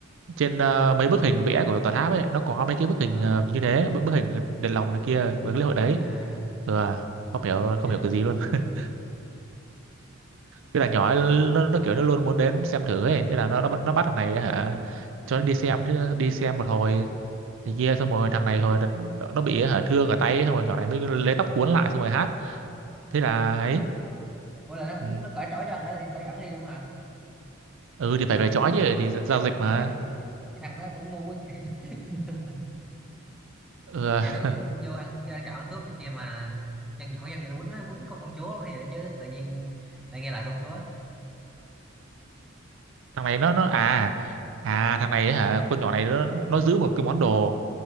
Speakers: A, on the right (about 65°); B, in the centre.
A: trên ờ, mấy bức hình vẽ của tòa tháp ấy nó có mấy cái bức hình
B: à,
A: ờ, như thế bức bức hình đèn lồng này kia và cái lễ hội đấy
B: à
A: ừ, à, không hiểu không
B: cho
A: hiểu
B: nên
A: cái gì luôn <laughs> cái là nhỏ ấy, nó, nó kiểu nó luôn muốn đến xem thử ấy thế là nó nó, bắt- nó bắt thằng này ấy, hả cho nó đi xem chứ đi xem một hồi thì kia xong rồi thằng này hồi nó nó bị hả thương ở tay ấy, xong rồi nhỏ này mới lấy tóc cuốn lại xong rồi hát thế là ấy
B: ủa là nó cũng
A: ừ,
B: nó cởi trói cho thằng đó đi nó dẫn đi luôn hả
A: ừ thì phải cởi trói chứ thì giao dịch
B: cái
A: mà
B: thằng cái thằng đó cũng ngu quá vậy. <laughs>
A: ừ,
B: kiểu
A: <laughs>
B: vô ăn vô ăn trộm ăn cướp này kia mà dân nhỏ dân gì nó quýnh nó quýnh con con chúa hay vậy chứ tự nhiên lại nghe lời con chúa
A: thằng này nó nó à à thằng này ấy hả con nhỏ này nó nó giữ một cái món đồ